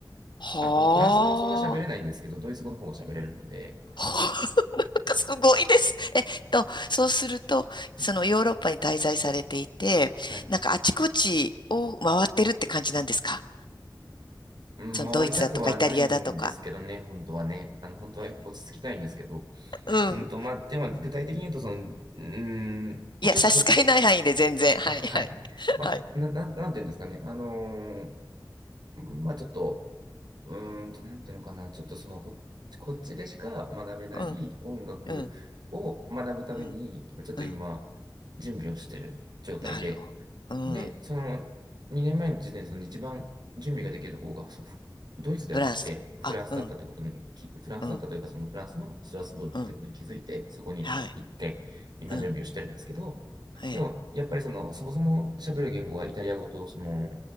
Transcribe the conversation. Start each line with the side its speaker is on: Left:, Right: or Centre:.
Left: は
Right: あとフランス語もそんな喋れないんですけど、ドイツ語の方が喋れるので、
Left: あ。かすごいです。えっと、そうすると、
Right: はい、
Left: そのヨーロッパに滞在されていて、
Right: はい。
Left: なんかあちこちを回ってるって感じなんですか
Right: うん、
Left: そのドイツだとかイタリアだとか。
Right: 回りたくはないんですけどね、本当はね。あの、本当は落ち着きたいんですけど。
Left: うん。
Right: うんと、まあ、でも具体的に言うと、その、うん、まあ、
Left: いや、
Right: ちょっとこ、
Left: 差し支えない範囲で全然。はい、
Right: あ、はい。
Left: はい。<laughs>
Right: <laughs> まあ、
Left: はい。
Right: こな、なん、なんていうんですかね。あのーまあちょっと、うーんと、なんていうのかな。ちょっとその、こ、こっちでしか学べない音楽を学ぶために、
Left: うん、うん、うん、
Right: ちょっと今、
Left: うん。
Right: 準備をしている状態で、
Left: なるほど。うん。
Right: で、その2年前の時点でその一番準備ができるところがそドイツではなくてフランスだったってことにフランスだったというかそのフランスのストラスブールってことに気づいて、
Left: フランスだ。あ、うん、うん、うん。
Right: そこに行って今準備をしてるんですけど、
Left: はい。うん。ええ、
Right: でもやっぱりそのそもそも喋る言語がイタリア語とその